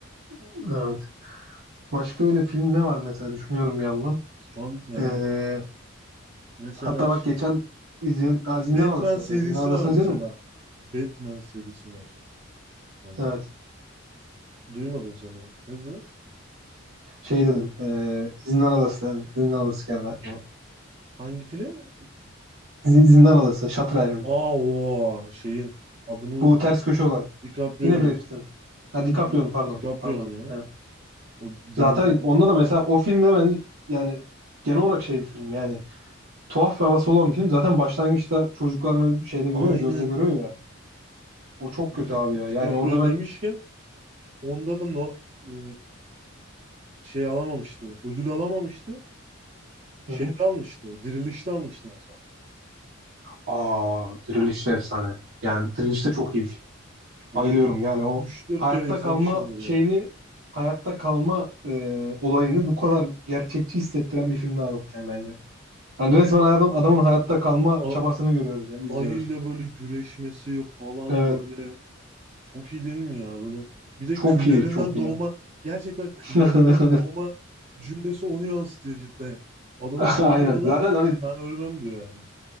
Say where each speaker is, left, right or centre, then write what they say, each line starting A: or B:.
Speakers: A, on the right; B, on the right.
A: Evet. Başka öyle film ne var mesela düşünüyorum bir yandan.
B: Şu an yani
A: Ee,
B: mesela
A: hatta
B: ş-
A: bak geçen izleyen, Aa, Zindan
B: Batman
A: Adası
B: serisi
A: mesela. Zindan Adası'nı
B: var mesela.
A: izledin mi?
B: Batman serisi var. Yani
A: Evet.
B: duymadım seni. Ne dedin?
A: Şey dedim. ee, Zindan Adası. dedim. Zindan Adası geldi aklıma.
B: Hangi film?
A: Z- Zindan Adası. Shutter Island.
B: Aa o şeyin adını unuttum.
A: Bu ters köşe olan.
B: DiCaprio'nun.
A: Yine Brad Pitt'in. Ha DiCaprio'nun
B: Biri-
A: pardon.
B: DiCaprio'nun
A: Pardon.
B: ya.
A: Aynen.
B: O zenci
A: Zaten onda da mesela o filmde ben yani genel olarak şey bir film yani tuhaf bir havası olan bir film. Zaten başlangıçta çocuklarını şeyde
B: Aynen
A: görüyor, gölde görüyor ya. O çok
B: Di
A: kötü abi ya.
B: DiCaprio
A: Yani orada ben
B: demişken onda da no, e, şey alamamıştı. Ödül alamamıştı. Şeyde
A: Hı hı.
B: almıştı. Dirilişte almıştı mesela.
A: Aa, Diriliş de efsane. Yani Diriliş de çok iyi bir film.
B: Çok,
A: Bayılıyorum yani o
B: üç dört
A: hayatta
B: kere izlemişimdir
A: kalma şeyini,
B: ya.
A: hayatta kalma e, olayını bu kadar gerçekçi hissettiren bir film daha yok yani bence. Yani
B: Ben
A: resmen
B: o
A: adam, adamın hayatta kalma
B: a-
A: çabasını görüyoruz yani izliyoruz.
B: ayıyla böyle güreşmesi falan
A: Evet.
B: böyle çok iyi değil mi ya? Böyle bir de
A: Çok
B: küllerinden
A: iyi, çok iyi.
B: doğma gerçekten
A: <laughs>
B: küllerinden doğma cümlesi onu yansıtıyor cidden. Adamı gömüyorlar.
A: Aynen. Zaten hani
B: Ben ölmem diyor yani.